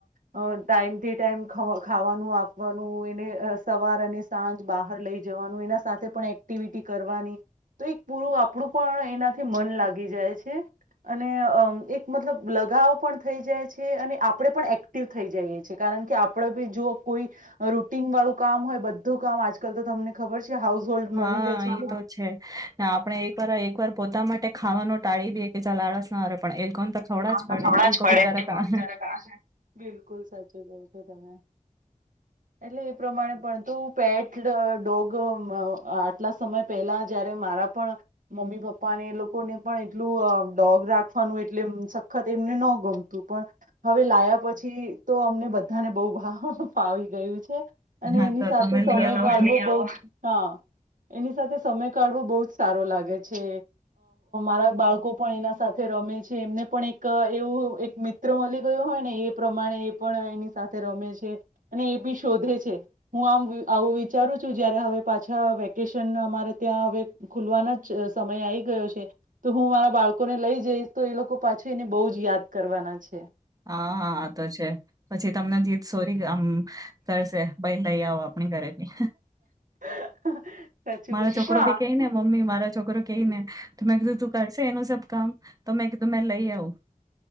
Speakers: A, on the right; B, on the right.
A: ટાઈમ ટી ટાઈમ ખાવાનું આપવાનું એને સવાર અને સાંજ બહાર લઈ જવાનું એના સાથે પણ એક્ટિવિટી કરવાની તો એક પૂરું આપણું પણ એનાથી મન લાગી જાય છે અને એક મતલબ લગાવ પણ થઈ જાય છે અને આપણે પણ એક્ટિવ થઈ જઈએ છ છેએ કારણ કે આપણે બી જો કોઈ રૂટીન વાળું કામ હોય બધું કામ આજકાલ તો તમને ખબર છે. હાઉસ હોલ્ડ
B: હા
A: મળી રહે
B: એ
A: એટલે
B: તો છે આપડણે એક વાર એક વાર પોતા માટે ખાવાનું ટાળી દે કે લાળસ ના પણ એ લોકોને તો ખવડા
A: ખ
B: જ પડે એ લોકો
A: જ પડે
B: બિચારા કા
A: બિલકુલ સાચી ક છો તમે એટલે એ પ્રમાણે પણ તો પેટ ડોગ આટલા સમય પહેલા જયારે મારા પણ મમ્મી પપ્પા અને એ લોકોને પણ એટલું ડોગ રાખવાનું. એટલે સખત એમને ન ગમતું પણ હવે લાયા પછી તો અમને બધાને બહુ ભાવાવી ગયું છે. અને
B: હા
A: એની
B: તો
A: સાથે
B: તમે
A: સમય
B: લઈ આવો
A: કાળવો બહ. હા એની સાથે સમય કાઢવો બહુ જ સારો લાગે છે અરા બાળકો પણ એના સાથે રમે છે. જે એમને પણ એક એવું એક મિત્ર મળી ગયો હોય ને એ પ્રમાણે એ પણ એની સાથે રમે છે અને એ બી શોધે છે હું આમ આવું વિચારું છું જયારે હવે પાછા વેકેશન અમારે ત્યાં હવે ખુલવાનો જ સમય આવી ગયો છે તો હું મારા બાળકોને લઈ જઈશ. તો એ લોકો પાછું એને બહુ જ યાદ કરવાના છે.
B: હા હા આ તો છે. પછી તમને જે સોરી આમ કરશે ભાઈ લઈ આવો આપણી ઘરે બી
A: સાચું
B: મારા
A: કહ છું
B: છોકરો
A: પણ
B: ભી
A: આ
B: કઈ ને મમ્મી મારા છોકરો કઈ ને ત મેં કીધું તું કરશે એનું સ. કામ તમે કે તમે લઈ આવું.